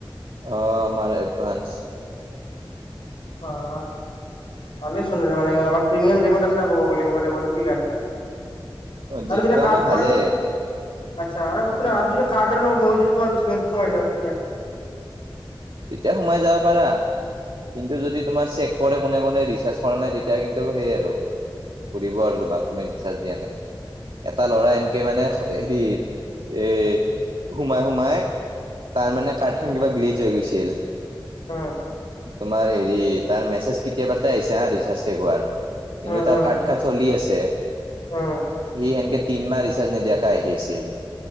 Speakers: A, on the right; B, on the left.
A: অ'? আমাৰ এডভান্স।
B: অ'! ভালেচোন, মানে অলপ, প্ৰিমিয়াম জিমৰ আছা ক'ব গ'লে। এনেকুৱা টাইপৰনো কি লাগে?
A: অ', জিমটো
B: আৰু যেতিয়া, কাৰ্ডখন
A: আমাৰ ভালেই
B: আচ্ছা! আৰু যদি কাৰ্ডৰ লগত, মইয়ো যদি তোমাৰ, বিজনেছত সোমাই যাওঁ তেতিয়া।
A: তেতিয়া সোমাই যাব পাৰা? কিন্তু যদি, তোমাৰ চেক কৰে, কোনে-কোনে, ৰিচাৰ্জ কৰা নাই, তেতিয়া কিন্তু সেই আৰু সুধিব আৰু তোমাক তুমি ৰিচাৰ্জ দিয়া নাই। এটা ল'ৰাই, এনকে মানে হেৰি, এ, সোমাই-সোমাই তাৰমানে, কাৰ্ডখন কিবা, গ্লিজ হৈ গৈছিল।
B: অ'!
A: তোমাৰ হেৰি, তাৰ মেছেজ কেতিয়াবাতে আহিছে, ৰিচাৰ্জ শেষ হোৱাৰ। কিন্তু,
B: উম,
A: তাৰ
B: উম,
A: কাৰ্ড খন চলি আছে। সি
B: উম,
A: সেনকে, তিনমাহ ৰিচাৰ্জ নিদিয়াকে আহি আছিল।